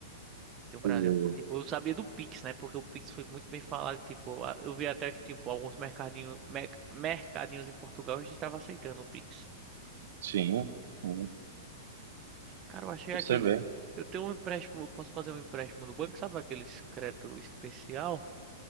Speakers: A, on the right; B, on the right.
A: que o Brasil,
B: E-
A: tipo, eu sabia do Pix, né? Porque o Pix foi muito bem falado, tipo, a- eu vi até que tipo alguns mercadinhos, mercadinhos em Portugal já estavam aceitando o Pix.
B: Sim, né?
A: Cara, eu achei
B: você
A: aqui. Eu,
B: vê.
A: eu tenho um empréstimo. Eu posso fazer um empréstimo no banco, sabe? Aquele crédito especial.